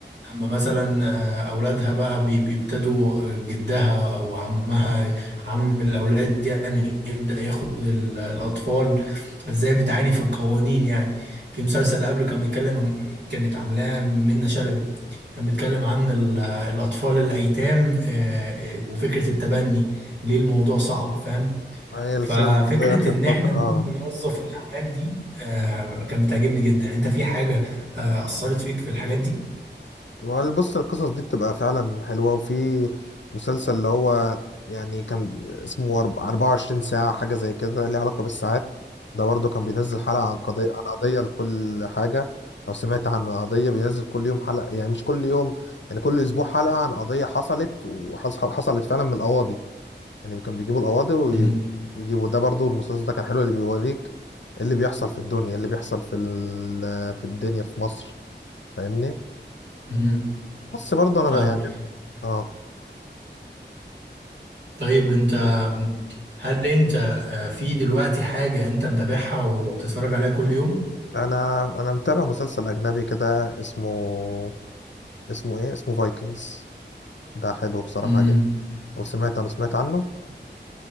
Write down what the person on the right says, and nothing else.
اما مثلا آه، اولادها بقى بي- بيبتدوا جدها او عمها عم الاولاد يعني يبدا ياخد ال- الاطفال ازاي بتعاني في القوانين يعني في مسلسل قبله كان بيتكلم عن كانت عاملاه منة شلبي كان بيتكلم عن ال- الاطفال الايتام آه، آه، وفكره التبني ليه الموضوع صعب فاهم
ففكره
ان
احنا نكون
بنوظف الاعمال دي آه، كانت بتعجبني جدا انت في حاجه آه، اثرت فيك في الحاجات دي
امم
مم.
فاهم
طيب انت هل انت آه، في دلوقتي حاجة انت متابعها وبتتفرج عليها كل يوم؟
امم